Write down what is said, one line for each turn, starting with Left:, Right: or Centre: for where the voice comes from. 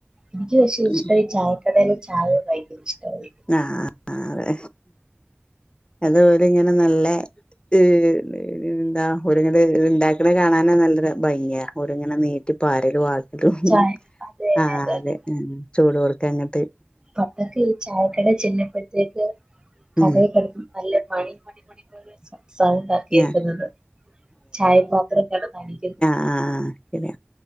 Right: ഇൻക്ക് പക്ഷേ ഇഷ്ടായെ
Left: ഉം
Right: ചായക്കടയിലെ ചായ ഭയങ്കര ഇഷ്ടായി
Left: ആഹ് ആഹ് അതെ അത് ഓല് ഇങ്ങനെ നല്ല ഈ എന്താ ഓര് ഇങ്ങനെ ഇത് ഇണ്ടാക്ക്ണെ കാണാന നല്ല ഭംഗിയ ഒര് ഇങ്ങനെ നീട്ടി പാരല് ട്ടും
Right: ചായ അതന്നെ
Left: ആഹ്‌
Right: അതന്നെ
Left: അതെ ഉം ചൂടോർക്കെ ഇങ്ട്ട്
Right: പപ്പക്ക് ചായക്കടേ ചേലുമ്പത്തേക്ക് കടേകടേക്കട്ക്ക്ണ
Left: ഉം
Right: നല്ല മണി മണി സൗണ്ട കേക്ക്ന്നത്
Left: ഞാ
Right: ചായപാത്രംകടന്നടിക്കുന്നത്
Left: ആഹ്‌ പിന്നെ